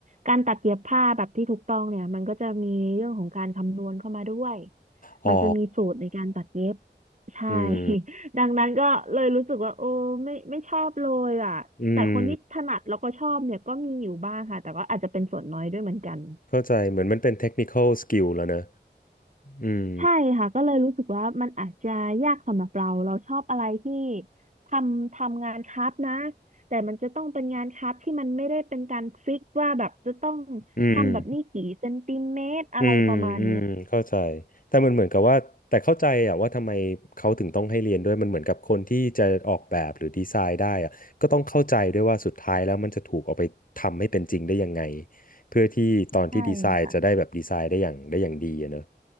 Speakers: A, on the right; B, on the left.
A: การตัดเย็บผ้าแบบที่ถูกต้องเนี่ยมันก็จะมีเรื่องของการคำนวณเข้ามาด้วย
B: อ๋อ
A: มันจะมีสูตรในการตัดเย็บใช่
B: อืม
A: ดังนั้นก็เลยรู้สึกว่าโอ้ไม่ไม่ชอบเลยอ่ะแต่คนที่ถนัดแล้วก็ชอบเนี่ยก็มีอยู่บ้างค่ะแต่ก็อาจจะเป็นส่วนน้อยด้วยเหมือนกัน
B: อืมเข้าใจ เหมือนมันเป็น technical skill แล้วเนอะอืม
A: ใช่ค่ะก็เลยรู้สึกว่ามันอาจจะยากสำหรับเราเราชอบอะไรที่ทำทำงานคราฟต์นะแต่มันจะต้องเป็นงานคราฟต์ที่มันไม่ได้เป็นการฟิกว่าแบบจะต้อง
B: อืม
A: ทำแบบนี้กี่เซนติเมตรอะไรประมาณเนี้ย
B: อืมอืมเข้าใจแต่มันเหมือนกับว่าแต่เข้าใจอะว่าทำไมเขาถึงต้องให้เรียนด้วยมันเหมือนกับคนที่จะออกแบบหรือดีไซน์ได้อะก็ต้องเข้าใจด้วยว่าสุดท้ายแล้วมันจะถูกเอาไปทำให้เป็นจริงได้ยังไงเพื่อที่ตอนที่ดีไซน์จะได้แบบดีไซน์ได้อย่างได้อย่างดีอะเนอะ
A: ใช่ค่ะ